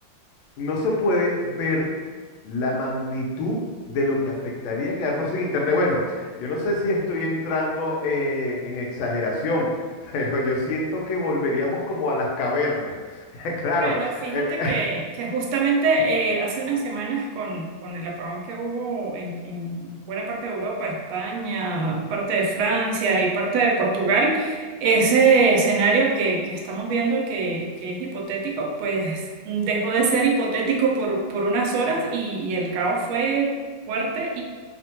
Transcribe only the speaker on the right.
Bueno, fíjate
que, que justamente eh, hace unas semanas con, con el apagón que hubo en, en buena parte de Europa, España, parte de Francia y parte de Portugal, ese escenario que, que estamos viendo que, que es hipotético, pues mm, dejó de ser hipotético por, por unas horas y, y el caos fue fuerte